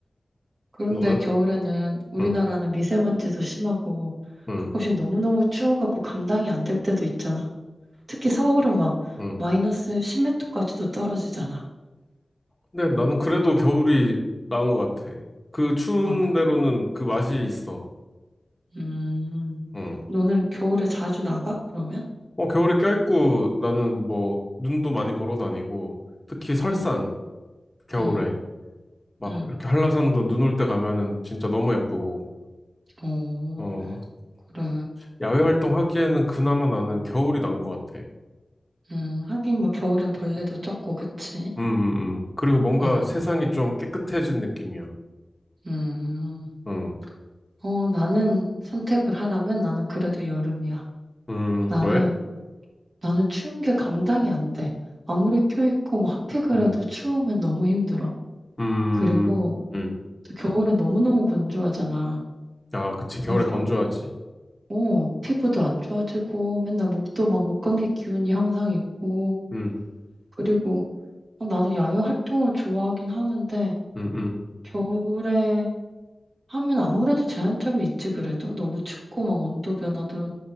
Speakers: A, on the right; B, on the left.
A: 그런데
B: 너는?
A: 겨울에는 우리나라는
B: 응,
A: 미세먼지도 심하고
B: 응,
A: 가끔씩 너무너무 추워갖고 감당이 안 될 때도 있잖아. 특히 서울은 막
B: 응.
A: 마이너스 십메터까지도 떨어지잖아.
B: 근데 나는 그래도 겨울이 나은 것 같아. 그 추운
A: 아, 그래.
B: 데로는 그 맛이 있어.
A: 음,
B: 응.
A: 너는 겨울에 자주 나가? 그러면?
B: 어, 겨울에 껴있고 나는 뭐 눈도 많이 보러 다니고 특히 설산
A: 응,
B: 겨울에
A: 응,
B: 막
A: 응.
B: 이렇게 한라산도 눈 올 때 가면은 진짜 너무 예쁘고
A: 오,
B: 어, 막
A: 그래.
B: 야외 활동하기에는 그나마 나는 겨울이 난 것 같아.
A: 음, 하긴 뭐 겨울엔 벌레도 적고, 그치?
B: 음, 음, 음. 그리고 뭔가
A: 음,
B: 세상이 좀 깨끗해진 느낌이야.
A: 음.
B: 응.
A: 어, 나는 선택을 하라면 나는 그래도 여름이야.
B: 음,
A: 나는,
B: 왜?
A: 나는 추운 게 감당이 안 돼. 아무리 껴입고 뭐 핫팩 그래도
B: 음,
A: 추우면 너무 힘들어.
B: 음,
A: 그리고
B: 음.
A: 또 겨울엔 너무너무 건조하잖아.
B: 아, 그치.
A: 그래서,
B: 겨울에 건조하지.
A: 어, 피부도 안 좋아지고 맨날 목도 막 목감기 기운이 항상 있고.
B: 음,
A: 그리고 어, 나도 야외 활동을 좋아하긴 하는데,
B: 음, 음,
A: 겨울에 하면 아무래도 제한점이 있지 그래도 너무 춥고 막 온도 변화도